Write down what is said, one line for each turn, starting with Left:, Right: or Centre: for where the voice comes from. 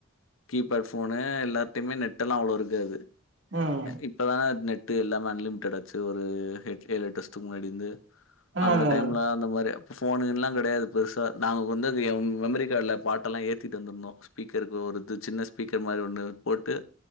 Left: கீபேட் போனு எல்லார்டையுமே நெட் எல்லா அவ்வளோ இருக்காது
Right: ம்
Left: இப்பலா நெட் டு எல்லாமே அன்லிமிடட் ஆச்சு ஒரு ஹெட் ஏழு எட்டு வருஷத்க்கு முன்னாடிர்ந்து
Right: ஆமா
Left: அந்த
Right: ஆமா
Left: டைம்ல
Right: ஆமா
Left: அந்த மாரி ஃபோனு கீனுலா கெடையாது பெருசா நாங்க கொண்டு வந்து எம் மெமரி கார்டில பாட்டெல்லா ஏத்திட்டு வந்துருந்தோ ஸ்பீக்கருக்கு ஒருது சின்ன ஸ்பீக்கர் மாரி ஒன்னு போட்டு